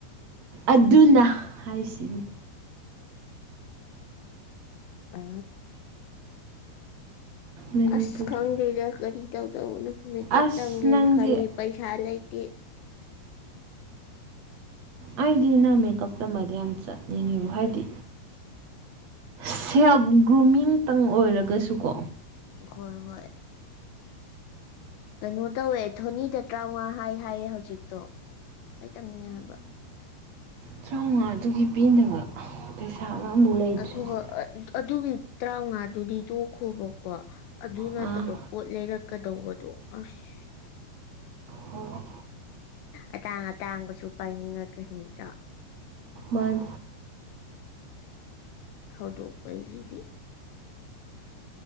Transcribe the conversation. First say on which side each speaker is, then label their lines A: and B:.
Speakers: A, on the right; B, on the left.
A: ꯑꯗꯨꯅ ꯍꯥꯏꯁꯤꯅꯤ
B: ꯑ
A: ꯃꯅꯤꯄꯨꯔ
B: ꯑꯁ ꯈꯪꯗꯦꯔ ꯀꯔꯤ ꯀ ꯇꯎꯅ ꯃꯦꯀꯞ
A: ꯑꯁ
B: ꯇꯝꯒꯦ
A: ꯅꯪꯗꯤ
B: ꯈꯂꯤ ꯄꯩꯁꯥ ꯑꯂ ꯀ
A: ꯑꯩꯗꯤ ꯅ ꯃꯦꯀꯞ ꯇꯃꯗꯤ ꯌꯥꯝ ꯆꯠꯅꯤꯡꯉꯦꯕ ꯍꯥꯏꯗꯤ ꯁꯦꯜꯐ ꯒ꯭ꯔꯨꯃꯤꯡꯇꯪ ꯑꯣꯏꯔꯒꯁꯨꯀꯣ
B: ꯍꯣꯏ ꯍꯣꯏ ꯀꯩꯅꯣ ꯇꯧꯋꯦ ꯊꯣꯅꯤꯗ ꯇꯔꯥꯃꯉꯥ ꯍꯥꯏ ꯍꯥꯏꯌꯦ ꯍꯧꯖꯤꯛꯇꯣ ꯑꯩ ꯇꯝꯅꯤꯡꯉꯦ ꯍꯥꯏꯕ
A: ꯇꯔꯥꯃꯉꯥꯗꯨꯒꯤ ꯄꯤꯅꯕ ꯄꯩꯁꯥꯒ ꯑꯃꯨꯛ ꯂꯩꯇ꯭ꯔꯤꯁꯦ
B: ꯑꯈꯨꯕ ꯑꯗꯨꯒꯤ ꯇꯔꯥꯃꯉꯥꯗꯨꯗꯤ ꯇꯣꯛꯈꯣꯕꯀꯣ ꯑꯗꯨ ꯅꯠꯇꯕ
A: ꯑꯥ
B: ꯄꯣꯠ ꯂꯩꯔꯛꯀꯗꯧꯕ ꯑꯗꯨꯣ ꯑꯁ
A: ꯍꯣꯏ
B: ꯑꯇꯥꯡ ꯑꯇꯥꯡꯕꯁꯨ ꯄꯥꯏꯅꯤꯡꯉꯛꯀꯅꯤꯗꯣ
A: ꯍꯟ
B: ꯍꯗꯣꯛ ꯑꯩꯩꯁꯤꯗꯤ